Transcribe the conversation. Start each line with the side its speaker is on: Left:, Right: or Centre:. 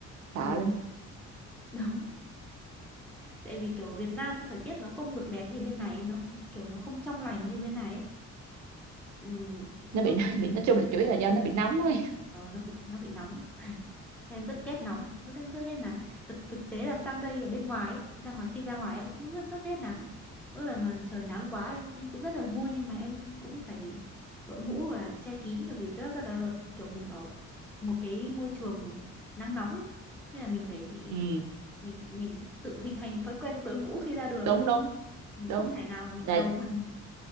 Right: sợ
Centre: Ờ,
Right: lắm
Centre: đúng tại vì kiểu ở Việt Nam thời tiết nó không được đẹp như bên này nó kiểu nó không trong lành như bên này ấy. Ừm,
Right: nó bị
Centre: nó
Right: <laughs> nó bị nói chung là chủ yếu là do nó bị nóng ấy
Centre: ờ, nó bị nó bị nóng em rất ghét nóng rất rất ghét nắng thực thực tế là sang đây ở bên ngoài ấy, ra ngoài khi ra ngoài em cũng rất rất ghét nắng mỗi lần mà trời nắng quá em em cũng rất là vui nhưng mà em cũng phải đội mũ hoặc là che kín bởi vì rất rất là kiểu mình ở một cái môi trường nắng nóng ấy thế là mình phải
Right: ừ
Centre: mình mình tự hình thành thói quen đội mũ khi ra đường
Right: đúng
Centre: ấy
Right: đúng
Centre: mình
Right: đúng
Centre: không thể nào mình
Right: là
Centre: đầu tuần